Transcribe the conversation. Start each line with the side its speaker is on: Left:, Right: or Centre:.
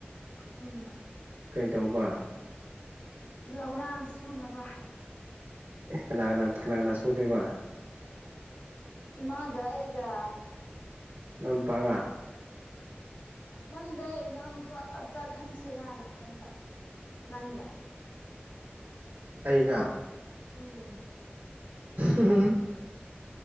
Left: ꯎꯝ
Right: ꯀꯩꯗꯧꯕ
Left: ꯂꯧꯔꯥꯡ ꯁꯨꯅꯕ
Right: ꯀꯦꯅꯥꯒꯅ ꯀꯅꯥꯒꯅꯅꯥ ꯁꯧꯗꯕ
Left: ꯃꯒꯥ ꯑꯩꯒ
Right: ꯉꯥ ꯅ ꯉꯄꯥꯒ
Left: ꯈꯪꯗꯦ ꯏꯅꯥꯎꯅꯨ ꯆꯠꯍꯟꯁꯤꯔꯅ ꯈꯟꯕ ꯅꯪꯒ
Right: ꯑꯩꯒ
Left: ꯎꯝ
Right: ꯎꯝ